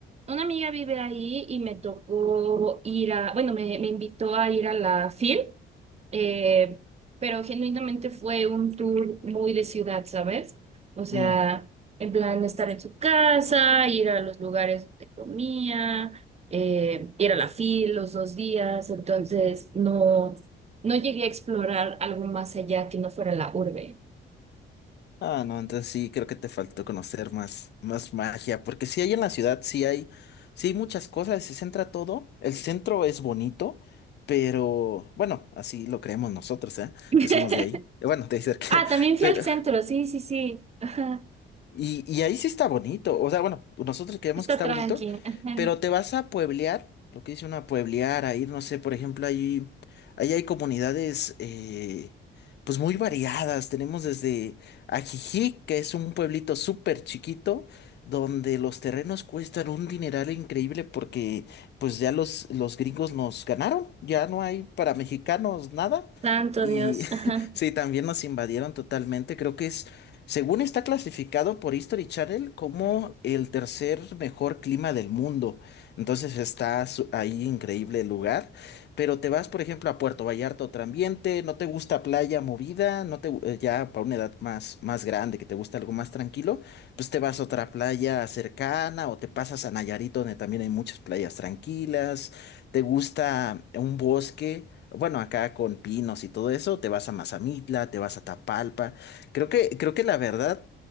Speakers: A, on the right; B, on the left.
A: una amiga vive ahí y me tocó ir a, bueno, me, me invitó a ir a la FIL, eh, pero genuinamente fue un tour muy de ciudad, ¿sabes? O sea,
B: Mm,
A: en plan estar en su casa, ir a los lugares donde comía, eh, ir a la FIL los dos días, entonces no, no llegué a explorar algo más allá que no fuera la urbe.
B: Ah, no, entonces sí, creo que te faltó conocer más, más magia, porque sí hay en la ciudad, sí hay, sí hay muchas cosas, se centra todo, el centro es bonito, pero bueno, así lo creemos nosotros, ¿eh?
A: <laughs>
B: Que somos de ahí, bueno, de ahí cerca,
A: Ah, también
B: <laughs>
A: fui
B: pero...
A: al centro, sí, sí, sí. Ajá.
B: Y, y ahí sí está bonito. O sea, bueno, nosotros creemos
A: Está
B: que está
A: tranqui.
B: bonito,
A: Ajá.
B: pero te vas a pueblear, lo que dice una pueblear, a ir, no sé, por ejemplo, ahí, ahí hay comunidades eh, pues muy variadas. Tenemos desde Ajijic, que es un pueblito súper chiquito, donde los terrenos cuestan un dineral increíble porque pues ya los, los gringos nos ganaron, ya no hay para mexicanos nada.
A: Santo
B: Y
A: Dios.
B: <laughs>
A: Ajá.
B: sí, también nos invadieron totalmente. Creo que es según está clasificado por History Channel como el tercer mejor clima del mundo. Entonces está su- ahí increíble el lugar. Pero te vas, por ejemplo, a Puerto Vallarta, otro ambiente, no te gusta playa movida, no te, gu- eh, ya para una edad más, más grande, que te gusta algo más tranquilo, pues te vas a otra playa cercana o te pasas a Nayarit, donde también hay muchas playas tranquilas. Te gusta un bosque, bueno, acá con pinos y todo eso, te vas a Mazamitla, te vas a Tapalpa. Creo que, creo que la verdad,